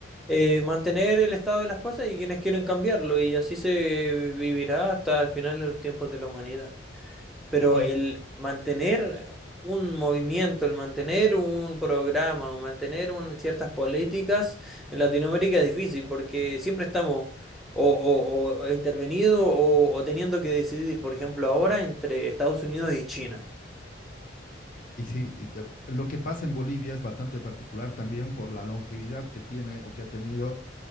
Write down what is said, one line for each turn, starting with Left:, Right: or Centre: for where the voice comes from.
Centre: eh, mantener el estado de las cosas y quienes quieren cambiarlo, y así se vivirá hasta el final de los tiempos de la humanidad pero
Left: Y,
Centre: el mantener un movimiento, el mantener un programa, o mantener un- ciertas políticas en Latinoamérica es difícil porque siempre estamos o, o, o o intervenido o, o teniendo que decidir, por ejemplo, ahora entre Estados Unidos y China.
Left: y sí, y te- lo que pasa en Bolivia es bastante particular también por la longevidad que tiene o que ha tenido